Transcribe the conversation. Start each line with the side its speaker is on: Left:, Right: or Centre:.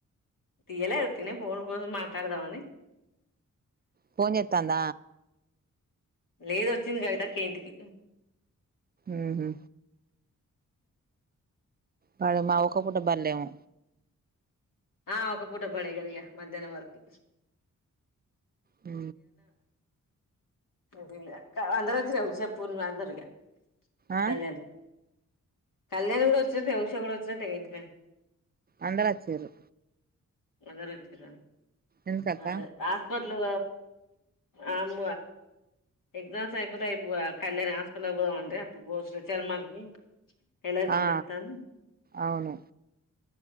Left: తీయలే యుతనే పోన్ ఫన్ మాట్లాడదావని
Right: ఫోన్ చేతంద
Left: లేద వచ్చింది కవితక్క ఇంటికి
Right: ఊహు వాడు మా ఒక పుటబర్లేము
Left: ఆ ఒక పూట పడేగలిగా మధ్యాహ్నం వరకు
Right: ఆ
Left: అదిలా అంధ్రా చ రావుషా పూర్ణ దర్గ
Right: ఆ
Left: కళ్యాణ కళ్యాణి కూడా వచ్చినే ఉష కూడా వచ్చిన తెగంటి
Right: అందరు వచ్చిలు
Left: నగరచ్చర
Right: ఎందుకక్క
Left: అదే ఆస్పిటల్ అమ్ ఎగ్జామ్స్ అయిపోతేయిపో కళ్యాణ్ హాస్కల్యి పోదామండి అప్పుడు పోస్చారు మార్కి ఎలర్జీలత్తా
Right: ఆ
Left: అంది
Right: అవును